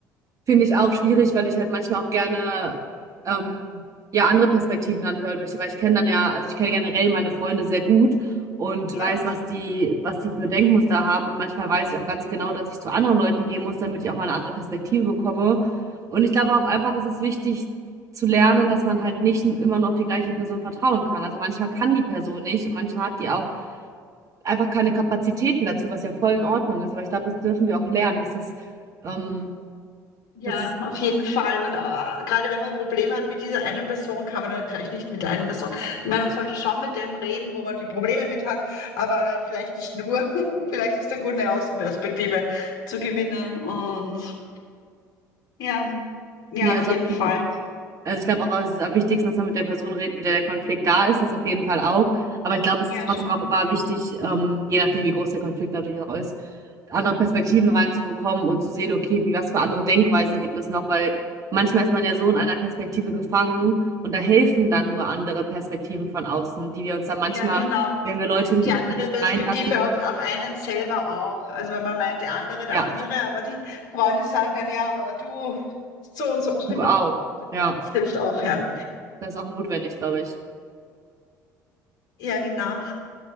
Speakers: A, on the right (about 35°); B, on the left (about 50°).
A: Finde ich auch schwierig, weil ich halt manchmal auch gerne ähm, ja andere Perspektiven dann hören möchte, weil ich kenne dann ja, also ich kenne generell meine Freunde sehr gut und
B: Ja,
A: weiß, was die, was die für Denkmuster haben und manchmal weiß ich auch ganz genau, dass ich zu anderen Leuten gehen muss, damit ich auch mal eine andere Perspektive bekomme. Und ich glaube auch einfach, es ist wichtig zu lernen, dass man halt nicht immer nur auf die gleiche Person vertrauen kann. Also manchmal kann die Person nicht und manchmal hat die auch einfach keine Kapazitäten dazu, was ja voll in Ordnung ist. Aber ich glaube, das dürfen wir auch lernen, dass das ähm,
B: Ja,
A: dass es
B: auf jeden Fall. Und äh, gerade wenn man Probleme hat mit dieser einen Person, kann man dann vielleicht nicht mit der einen Person. Ich meine, man sollte schon mit dem reden, wo man die Probleme mit hat, aber halt vielleicht nicht nur. <laughs> Vielleicht ist da gut, eine Außenperspektive zu gewinnen. Und ja, ja,
A: Nee, also
B: auf jeden
A: absolut.
B: Fall.
A: Also ich glaube auch, es ist am wichtigsten, dass man mit der Person redet, mit der der Konflikt da ist, das auf jeden Fall auch. Aber ich glaube, es
B: Ja,
A: ist trotzdem
B: schon.
A: auch immer wichtig, ähm, je nachdem, wie groß der Konflikt natürlich auch ist, andere Perspektiven reinzubekommen und zu sehen, okay, wie, was für andere Denkweisen gibt es noch, weil manchmal ist man ja so in einer Perspektive gefangen und da helfen dann nur andere Perspektiven von außen, die wir uns dann manchmal,
B: Ja, genau.
A: wenn wir Leute
B: Die andere
A: nicht
B: Perspektive
A: reinlassen,
B: auf, auf einen selber auch. Also wenn man meint, der andere,
A: ja,
B: der andere, aber die Freunde sagen dann, ja, aber du so und so. <laughs>
A: du auch. Ja,
B: Das hilft auch, ja.
A: das ist auch notwendig, glaube ich.
B: Ja, genau.